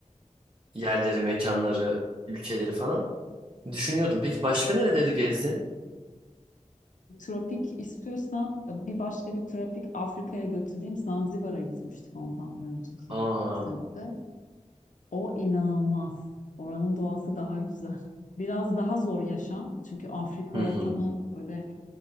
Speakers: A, on the right (about 40°); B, on the left (about 80°).
A: yerleri, mekanları, ülkeleri falan. Düşünüyordum. Peki başka nereleri gezdin?
B: Tropik istiyorsan e, bir başka bir tropik Afrika'ya götüreyim. Zanzibar'a gitmiştik ondan bir önceki
A: Aa,
B: senede. O inanılmaz. Oranın doğası daha güzel. Biraz daha zor yaşam. Çünkü Afrika
A: hı
B: ortamı
A: hı.
B: öyle